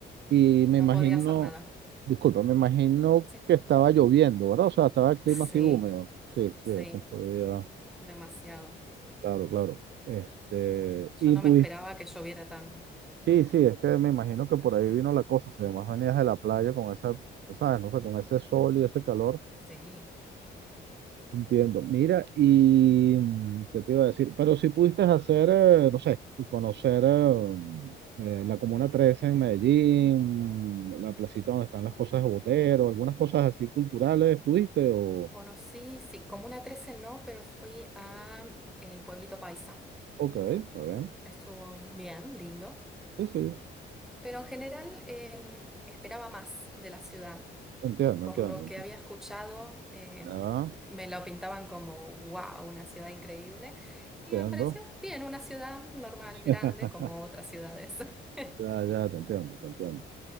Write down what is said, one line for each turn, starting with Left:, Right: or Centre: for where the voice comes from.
Right: Y
Centre: y
Right: me
Centre: no
Right: imagino,
Centre: podía hacer nada.
Right: disculpa, me imagino
Centre: Sí.
Right: que estaba lloviendo, ¿verdad? O sea, estaba el clima
Centre: Sí,
Right: así húmedo. Sí,
Centre: sí,
Right: sí, es que estos días,
Centre: demasiado.
Right: claro, claro. Este,
Centre: Yo
Right: y
Centre: no
Right: pudiste,
Centre: me esperaba que lloviera tanto.
Right: sí, sí, es que me imagino que por ahí vino la cosa, o sea, más venías de la playa con esa, tú sabes, no sé, con ese sol y ese calor
Centre: Sí.
Right: Entiendo. Mira, y mm, qué te iba a decir, pero si pudiste hacer, eh, no sé, conocer eh, mm, eh, la Comuna trece en Medellín, la placita donde están las cosas de Botero, algunas cosas así culturales, ¿pudiste? O,
Centre: Conocí, sí, Comuna 13 no, pero fui a el pueblito Paisa.
Right: ok, está bien.
Centre: Estuvo bien, lindo.
Right: Sí, sí,
Centre: Pero en general eh, esperaba más de la ciudad.
Right: entiendo,
Centre: Por
Right: entiendo.
Centre: lo que
Right: enti-
Centre: había escuchado, eh,
Right: Ya,
Centre: me lo pintaban como, wow, una ciudad increíble.
Right: entiendo.
Centre: Y me pareció bien, una ciudad normal, grande,
Right: <laughs>
Centre: como otras ciudades. <laughs>
Right: Ya, ya, te entiendo, te entiendo.